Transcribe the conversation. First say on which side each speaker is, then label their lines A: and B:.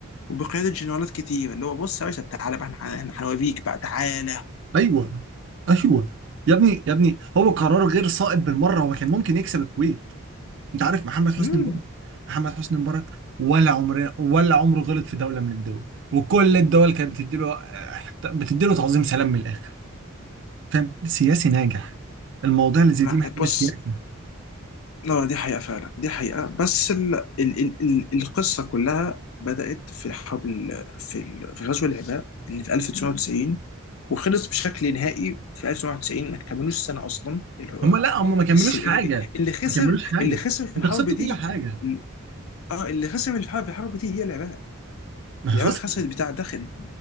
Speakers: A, on the left; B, on the right.
A: وبقياده جنرالات كتير اللي هو بص يا باشا تعالى بقى احنا إحنا هنوريك بقى تعالى
B: ايوه ايوه يا ابني يا ابني هو قرار غير صائب بالمره هو كان ممكن يكسب الكويت انت عارف محمد حسني
A: امم
B: مبارك محمد حسني مبارك ولا عمره ولا عمره غلط في دوله من الدول وكل الدول كانت بتديله آه، بتديله تعظيم سلام من الاخر فاهم سياسي ناجح المواضيع اللي زي
A: ما
B: دي محتاجه
A: بص
B: سياسه
A: لا دي حقيقة فعلا دي حقيقة بس ال... ال... ال... ال- القصة كلها بدأت في حرب ال... في ال... في غزو العراق اللي في 1990 وخلص بشكل نهائي في 1991 ما كملوش سنة أصلا اللي هو
B: هم لا هم ما كملوش
A: بس ال...
B: حاجه
A: ال- اللي خسر
B: ما كملوش حاجه
A: اللي خسر في
B: انت
A: الحرب
B: خسرت
A: دي
B: كل حاجه
A: ال- اه اللي خسر في الحرب في الحرب دي هي العراق
B: ما
A: العراق
B: خسرت
A: خسرت بتاع داخل